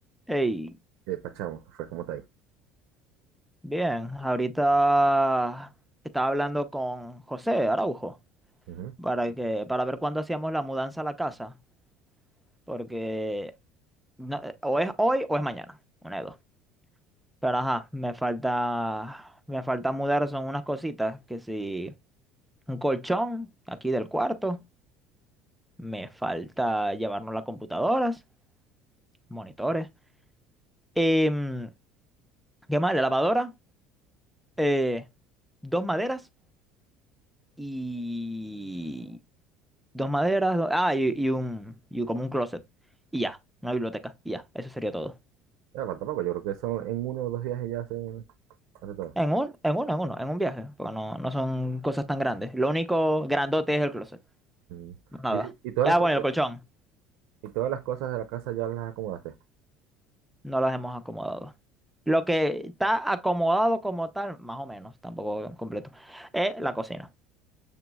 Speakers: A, in the centre; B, on the right.
A: Hey,
B: eh, Pachamo, que fue como está ahí.
A: bien, ahorita estaba hablando con José Araujo
B: Ujú.
A: para que, para ver cuándo hacíamos la mudanza a la casa, porque no- eh, o es hoy o es mañana, una de dos. Pero ajá, me falta, me falta mudar, son unas cositas, que si un colchón aquí del cuarto, me falta llevarnos las computadoras, monitores, em, ¿qué más? La lavadora, eh, dos maderas y Dos maderas, do- ah, y, y un, y como un closet. Y ya, una biblioteca, y ya, eso sería todo.
B: Pero falta poco, yo creo que son en uno o dos viajes ya hace, hace todo.
A: En un, en uno, en uno, en un viaje, porque no, no son cosas tan grandes. Lo único grandote es el closet,
B: Ujú.
A: más nada.
B: Y, y todas
A: Ah,
B: las cosas,
A: bueno, el colchón,
B: y todas las cosas de la casa ya las acomodaste.
A: no las hemos acomodado. Lo que está acomodado como tal, más o menos, tampoco completo, es la cocina.